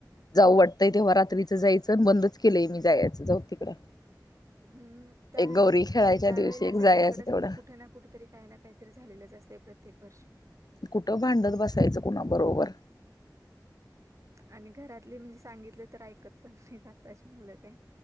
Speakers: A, on the left (about 65°); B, on the right (about 45°).
A: जाऊ वाटतंय तेव्हा रात्री जायचं बंदच केलंय मी जायचं जाऊ तिकडं.
B: हम्म त्या
A: एक
B: दिवशी
A: गौरी
B: म्हणजे
A: खेळायच्या
B: त्यावेळेला
A: दिवशी एक
B: सगळीकडेच
A: जायचं तेवढं
B: कुठे ना कुठे तरी काही ना काहीतरी झालेलंच असतेय प्रत्येक वर्षी
A: कुठ भांडत बसायचं कुणा बरोबर.
B: आणि घरातले म्हणजे सांगितले तर ऐकत पण नाही आताची मुलं काय.